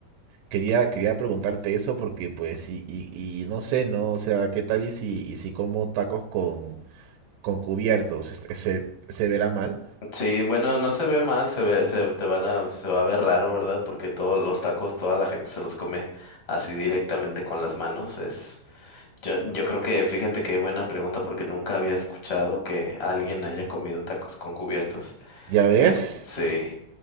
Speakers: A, on the right; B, on the left.
A: Quería, quería preguntarte eso porque pues y, y, y no sé, ¿no? O sea, ¿qué tal y si, y si como tacos con, con cubiertos? Este, ¿Se, se verá mal?
B: Sí, bueno, no se ve mal, se ve, se te van a, se va a ver raro, ¿verdad? Porque todos los tacos, toda la gente se los come así directamente con las manos. Es, yo, yo creo que, fíjate qué buena pregunta, porque nunca había escuchado que alguien haya comido tacos con cubiertos.
A: ¿Ya ves?
B: Eh, sí,